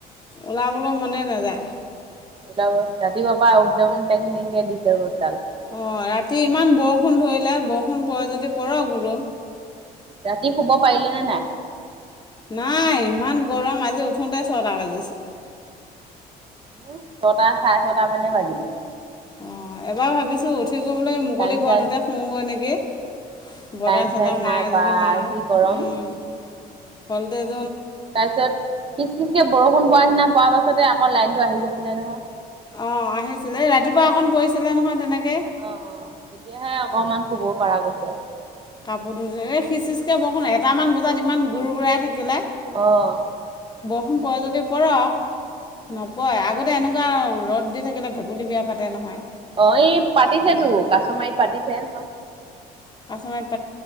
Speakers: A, on the left; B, on the right.
A: ওলাবলৈ মনে নেযায়।
B: ওলাবই। ৰাতিপুৱা পা আও একদম টেং টেংকে দিছে ৰ'দ।
A: অ', ৰাতি ইমান বৱষুণ ধৰিলে বৱষুণ পৰে যদি পৰক বোলো।
B: ৰাতি শুব পাৰিলেনে নাই?
A: নাই ইমান গৰম আজি উঠোংতে ছটা বাজিছে।
B: মোহ ছটা চাৰে ছটা মানে বাজিলে।
A: অ', এবাৰ ভাবিছো, উঠি গৈ পেলাই মুকলি
B: লাইন চাইন
A: ঘৰটোতে শুওঁগৈ নেকি! বতাহ
B: লাইন
A: চতাহ
B: চাইন
A: মাৰে
B: নাই বা
A: যদি মাৰক।
B: যি গৰম
A: উ, ভল্টেজ
B: তাইছত, পিচ পিচ কে বৰষুণ পৰা নিচিনা পৰা পাছতে আকৌ লাইনটো আহি গৈছিলে নহয়।
A: অ', আহিছিলে, এই ৰাতিপুৱা অকণ পৰিছিলে নহয় তেনেকেই।
B: অ অ তেতিয়াহে অকমান শুব পৰা গৈছে আও।
A: <unintelligible> এই সিচ সিচকৈ বৰষুন এটামান বজাত ইমান গুৰ-গুৰাই থাকিলে।
B: অ'।
A: <unintelligible> পৰে যদি পৰক। নপয়ে, আগতে এনেকুৱা ৰ'দ দি থাকিলে ভেকুলী বিয়া পাতে নহয়।
B: অ', এই পাতিছেতো
A: আগতে
B: কাছমাৰীত পাতিছে।
A: কাছত